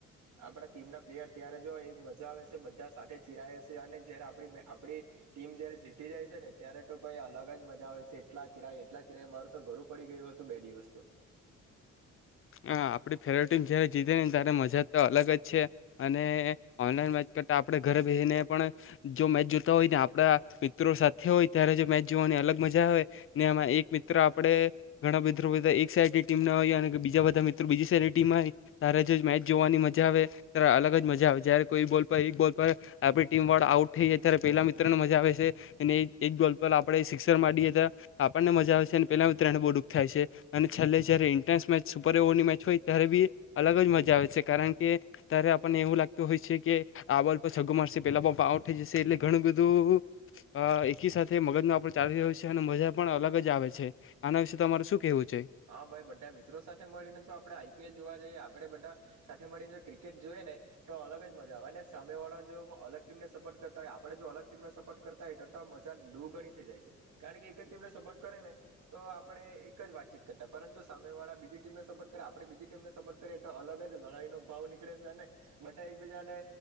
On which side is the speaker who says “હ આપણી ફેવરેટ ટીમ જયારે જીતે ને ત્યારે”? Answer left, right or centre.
Left